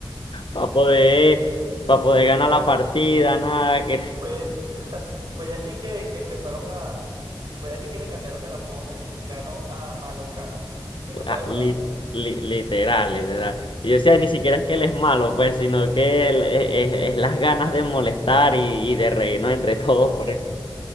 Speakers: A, on the left; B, on the right.
A: Para poder, pa' poder ganar la partida, nada, que
B: Fue, <laughs> fue de allí que, que empezaron a... Fue de allí que le cambiaron el apodo de mexicano a malocano, porque
A: la-
B: no sabe jugar.
A: li- li- literal, literal. Y yo decía, ni siquiera es que él es malo, pues, sino que él- es, es- es las ganas de molestar y, y de reírnos entre todos
B: Claro,
A: por eso.